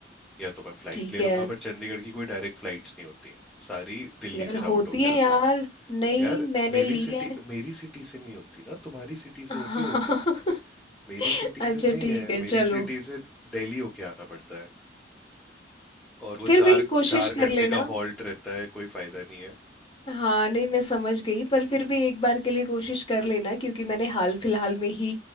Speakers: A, in the centre; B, on the left.
A: या तो मैं फ्लाइट
B: ठीक
A: ले
B: है
A: लूंगा पर चंडीगढ़ की कोई डायरेक्ट फ्लाइट्स नहीं होती सारी दिल्ली
B: यार
A: से
B: होती
A: राउट होके
B: है
A: आती
B: यार
A: है
B: नहीं
A: यार
B: मैंने
A: मेरी
B: ली
A: सिटी
B: है
A: मेरी सिटी से नहीं होती ना तुम्हारी सिटी
B: <laughs>
A: से होती होगी मेरी सिटी
B: अच्छा
A: से नहीं
B: ठीक
A: है
B: है
A: मेरी
B: चलो
A: सिटी से दिल्ली होके आना पड़ता है और वो
B: फिर
A: चार
B: भी कोशिश
A: चार घंटे
B: कर लेना
A: का हॉल्ट रहता है कोई फायदा नहीं है
B: हाँ नहीं मैं समझ गई पर
A: हम्म
B: फिर भी एक बार के लिए कोशिश कर लेना क्योंकि मैंने हाल फिलहाल में ही